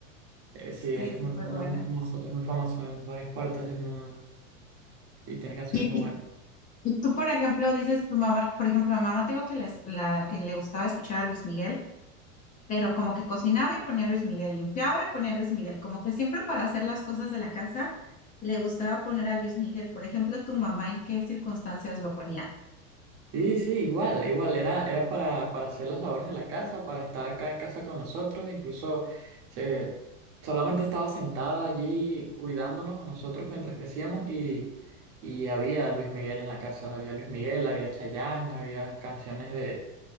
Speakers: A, on the right; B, on the left.
A: eh, sí, él
B: Sí,
A: es
B: súper
A: muy, él
B: buena.
A: es muy famoso, es muy famoso en varias partes del mundo y tiene canciones
B: Y,
A: muy
B: y,
A: buenas.
B: y tú, por ejemplo, dices tu mamá, por ejemplo, a mi mamá te digo que les, la, eh, le gustaba escuchar a Luis Miguel. pero como que cocinaba y ponía a Luis Miguel, limpiaba y ponía a Luis Miguel, como que siempre para hacer las cosas de la casa le gustaba poner a Luis Miguel. Por ejemplo, tu mamá, ¿en qué circunstancias lo ponía?
A: Sí, sí, igual, igual, era, era para, para hacer las labores de la casa, para estar acá en casa con nosotros, incluso se, solamente estaba sentada allí cuidándonos a nosotros mientras crecíamos y, y había Luis Miguel en la casa, había Luis Miguel, había Chayanne, había canciones de,